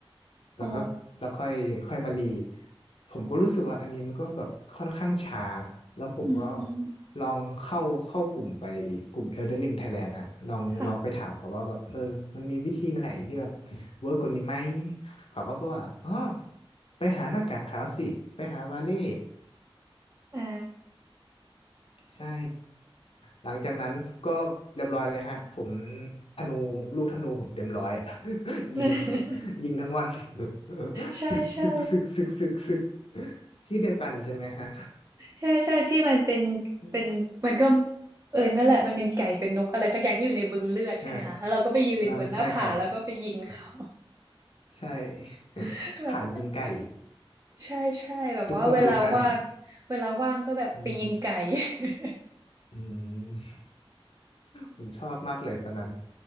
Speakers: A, on the left; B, on the right.
A: แล้วก็แล้วค่อยค่อยมารี
B: อ๋อ
A: ผมก็รู้สึกว่าอันนี้มันก็แบบค่อนข้างช้าแล้วผมก็
B: อืมอืม
A: ลองเข้าเข้ากลุ่มไปกลุ่ม Elden Ring Thailand ฮะลองลองไปถามเขาว่าแบบเออมันมีวิธีไหนที่แบบเวิร์กกว่านี้ไหม
B: ค่ะ
A: เขาก็บอกว่าอ๋อไปหาหน้ากากขาวสิไปหาวาเล่
B: อ่า
A: ใช่ หลังจากนั้นก็เรียบร้อยเลยฮะ ผมธนูลูกธนูผมเต็มร้อย <laughs>
B: <laughs>
A: ยิงยิงทั้งวัน <laughs>
B: ใช่ใช่
A: ซึกซึกซึกซึกซึกซึกที่เดียวกันใช่ไหมฮะ
B: ใช่ใช่ที่มันเป็น
A: <laughs>
B: เป็นมันก็เออนั่นแหละมันเป็นไก่เป็นนกอะไรสักอย่างที่อยู่ในบึงเลือดใช่ไหมคะแล้วเราก็ไปยืนบนหน้าผาแล้วก็ไปยิงเขา
A: ใช่ไหมอ่าใช่ครับใช่ <laughs>
B: <laughs> แบบ
A: ผ่ายิงไก่
B: ใช่ใช่แบบว่าเวลาว่างเวลาว่างก็แบบไปยิงไก่
A: <laughs> ทุกคนรู้กันอืม
B: <laughs>
A: อืมผมชอบมากเลยตอนนั้น